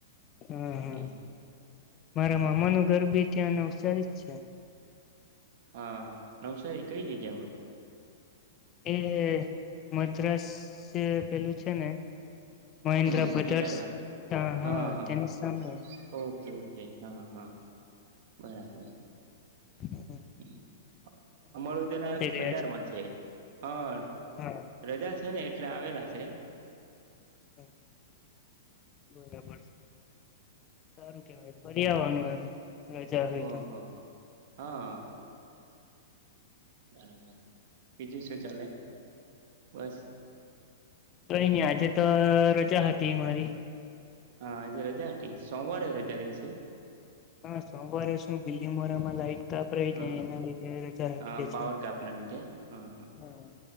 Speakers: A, on the left; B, on the right.
A: હા હા
B: હમ
A: મારા
B: હા
A: મામા નું ઘરબી ત્યાંને અવસારી જ છે.
B: હા, નવસારી કઈ જગ્યા હોય?
A: એ મદ્રાસ તે પેલું છે ને મહેન્દ્રા
B: હમ
A: બ્રધર્સ
B: ઇટારવા
A: હા આ
B: હા
A: તેની
B: હા
A: સામે.
B: ઓકે ઓકે હા હા બરાબર.
A: હા.
B: હમ્મ અમારું જરા
A: ગયા
B: બજારમાં
A: છો
B: છે. હા
A: હા
B: રજા છે ને એટલે આવેલા છે.
A: હા, બરાબર છે. સારું કેવાય. બડિયાવાનું એમ. રજા હોય
B: ઓહ
A: તો
B: હા હા હા. બરાબર બીજું શું ચાલે? બસ
A: કઈ નહી આજે તો અહ રજા હતી મારી.
B: હા, આજે રજા હતી. સોમવારે રજા રહી છે?
A: હા, સોમવારે શું બિલ્ડિંગ વારામાં લાઈટ તો આપડે એ
B: હા
A: કઈ એના લીધે રજા રાખીએ
B: હા પાવર
A: છે
B: કાપ ના લીધે હા
A: હા.